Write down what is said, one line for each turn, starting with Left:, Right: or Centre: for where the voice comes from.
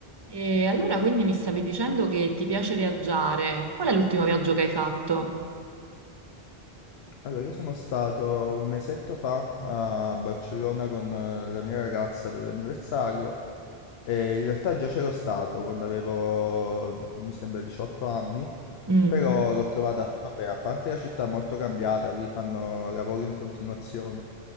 Right: E allora quindi mi stavi dicendo che ti piace viaggiare. Qual è l'ultimo viaggio che hai fatto?
Left: Allora, io sono stato un mesetto fa a Barcellona con eh, la mia ragazza per l'anniversario e in realtà già c'ero stato quando avevo, mi sembra, 18 anni,
Right: Mm.
Left: però l'ho trovata, vabbè, a parte la città molto cambiata, vi fanno lavori in continuazione.